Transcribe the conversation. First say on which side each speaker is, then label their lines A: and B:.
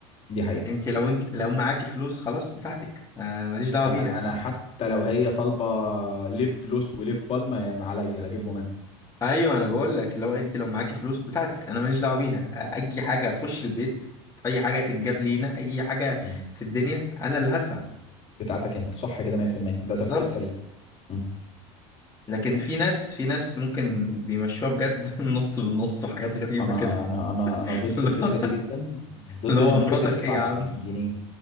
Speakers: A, on the left; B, on the left.
A: دي حقيقة
B: انت لو انت لو معاكي فلوس خلاص بتاعتك آه ماليش دعوة
A: انا
B: بيها
A: انا حتى لو هي طالبة ليب جلوس وليب بالم يا- عليا هجيبهم انا
B: ايوه انا بقول لك لو انت لو معاكي فلوس بتاعتك انا ماليش دعوة بيها آه، اي حاجة هتخش البيت اي حاجة هتتجاب لينا اي حاجة
A: مم.
B: في الدنيا انا اللي هدفع
A: بتاعتك انت صح كده 100% ده
B: بالظبط
A: تفكير سليم مم.
B: لكن في ناس في ناس ممكن بيمشوها بجد <laughs> نص بالنص وحاجات غريبة
A: انا
B: كده
A: انا انا انا
B: <laughs>
A: ضد
B: اللي
A: الفكرة
B: هو
A: دي جدا ضد
B: اللي هو
A: ان الست
B: مراتك
A: تدفع
B: ايه يا عم
A: في جنيه